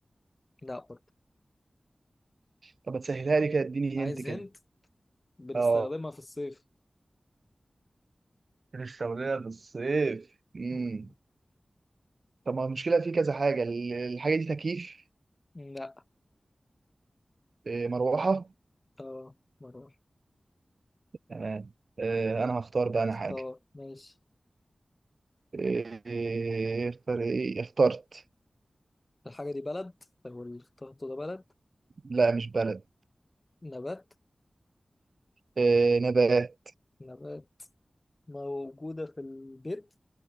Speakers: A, on the left; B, on the right.
A: لا برضه
B: طب هتسهلها لي كده اديني
A: عايز
B: هنت كده
A: هنت بنستخدمها
B: اه
A: في الصيف
B: الشغلانة بالصيف امم
A: مم.
B: طب ما المشكلة في كذا حاجة ال- الحاجة دي تكييف
A: لا
B: آه، مروحة
A: اه مرة
B: تمام آه،
A: واحدة.
B: انا هختار بقى انا
A: اختار
B: حاجة
A: ماشي
B: آه، آه، اختار ايه اخترت
A: الحاجة دي بلد او اللي اخترته ده بلد
B: لا مش بلد
A: نبات
B: آه، نبات
A: نبات موجودة في البيت